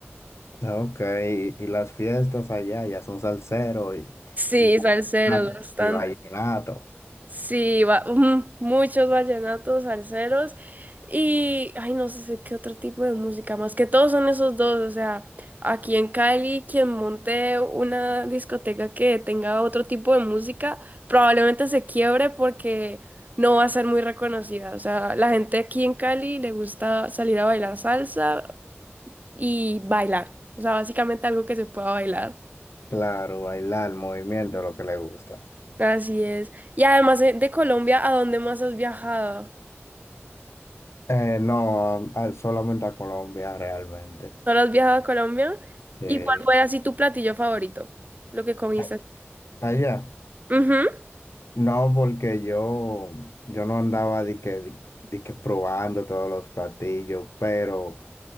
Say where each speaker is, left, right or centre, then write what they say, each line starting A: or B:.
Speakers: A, on the left; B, on the right.
A: Ah, Ok, y, y las fiestas allá ya son salsero y,
B: Sí,
A: y vallenato,
B: Salseros, bastante.
A: y vallenato.
B: Sí, va- ujú, muchos vallenatos, salseros y, ay, no sé qué otro tipo de música más, que todos son esos dos, o sea, aquí en Cali, quien monte una discoteca que tenga otro tipo de música, probablemente se quiebre porque no va a ser muy reconocida, o sea, la gente aquí en Cali le gusta salir a bailar salsa y bailar, o sea, básicamente algo que se pueda bailar,
A: Claro, bailar, movimiento, lo que le gusta.
B: así es. Y además eh, de Colombia, ¿a dónde más has viajado?
A: Eh, no, a- solamente a Colombia realmente.
B: ¿Solo has viajado a Colombia?
A: Sí.
B: ¿Y cuál fue así tu platillo favorito? Lo que comiste.
A: A- Allá.
B: Ujú.
A: No, porque yo, yo no andaba de que, de, de que probando todos los platillos, pero